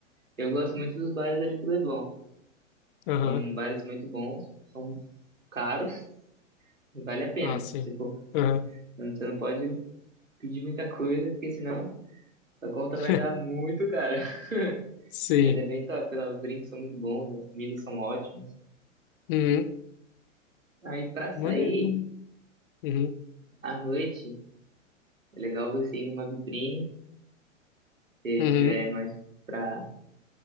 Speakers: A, on the right; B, on the left.
A: Eu gosto muito dos bares ali do Leblon.
B: Aham.
A: São bares muito bons, são caros Vale a pena.
B: Ah, sim.
A: Se for,
B: Aham.
A: não- você não pode pedir muita coisa, porque senão a conta
B: <laughs>
A: vai dar muito cara. <laughs>
B: Sim.
A: Mas é bem top, lá, os drinks são muito bons, as comidas são ótimas.
B: Uhum.
A: Aí pra
B: Maneiro,
A: sair
B: maneiro Uhum.
A: à noite, é legal você ir numa vitrine, se
B: Uhum.
A: tiver mais pra